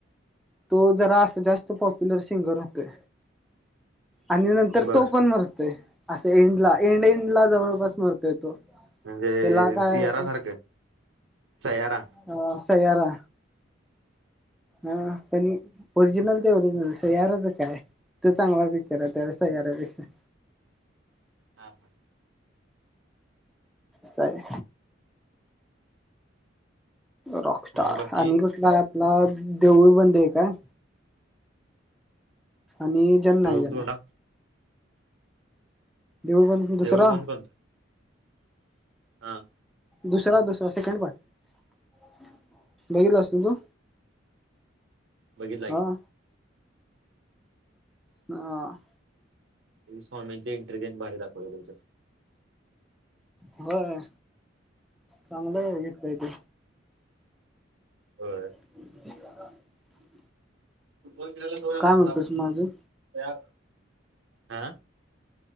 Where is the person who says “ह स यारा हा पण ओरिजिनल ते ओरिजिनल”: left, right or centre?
Centre